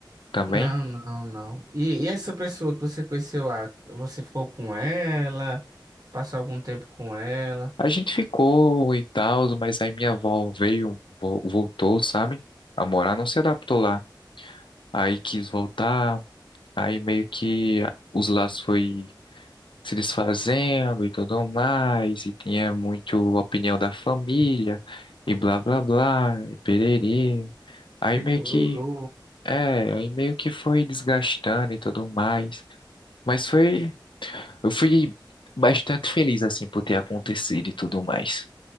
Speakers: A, on the left (about 80°); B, on the right (about 50°).
A: também?
B: Não, não, não. E, e essa pessoa que você conheceu lá, você ficou com ela? Passou algum tempo com ela?
A: A gente ficou e tal, mas aí minha avó veio, vo- voltou, sabe? A morar, não se adaptou lá. Aí quis voltar, aí meio que os laços foi se desfazendo e tudo mais, e tinha muito opinião da família, e blá blá blá, e pererê. Aí
B: E
A: meio
B: pororô.
A: que É, aí meio que foi desgastando e tudo mais. Mas foi. Eu fui bastante feliz, assim, por ter acontecido e tudo mais.